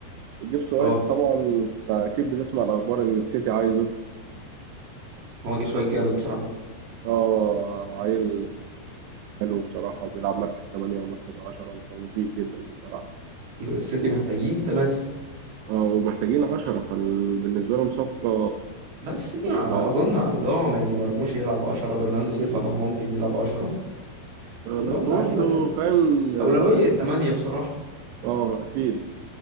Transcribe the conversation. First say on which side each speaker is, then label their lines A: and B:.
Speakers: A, on the right; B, on the right.
A: وجيبس وايت
B: اه
A: طبعا أنت أكيد بتسمع الأخبار إن السيتي عايزه
B: هو جيبس وايت جامد بصراحه
A: اه عيل حلو بصراحة وبيلعب مركز 8 ومركز 10 ومفيد جدا بصراحة
B: السيتي محتاجين تمانية
A: اه ومحتاجين عشرة فبالنسبة لهم صفقة
B: بس السيتي مع-
A: لا
B: اظن عندهم يعني مرموش يلعب 10 برناندو سيلفا ما هو ممكن يلعب 10 عندهم
A: بس
B: لعيبه
A: برضه
B: تاني.
A: فاهم اه
B: اولويه تمانية بصراحه
A: آه، اكيد